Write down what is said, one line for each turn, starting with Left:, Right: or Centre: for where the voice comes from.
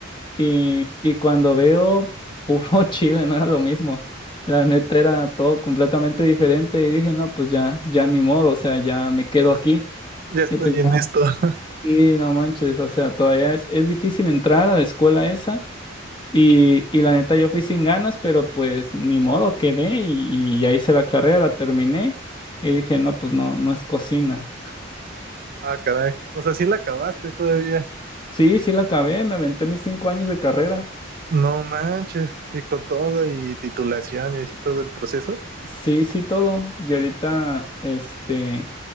Left: Y, y cuando veo puro <laughs> chile, no era lo mismo. La neta era todo completamente diferente y dije, no, pues ya, ya ni modo, o sea, ya me quedo aquí.
Right: Ya estoy
Left: Y pues
Right: en
Left: ya,
Right: esto. <laughs>
Left: sí, no manches, o sea, todavía es, es difícil entrar a la escuela esa. Y, y la neta yo fui sin ganas, pero pues ni modo, quedé y, y ya hice la carrera, la terminé y dije, no, pues no, no es cocina.
Right: Ah, caray. O sea, sí la acabaste todavía.
Left: Sí, sí la acabé, me aventé mis cinco años de carrera.
Right: No manches. Y con todo y titulación y así todo el proceso.
Left: Sí, sí todo. Y ahorita, este,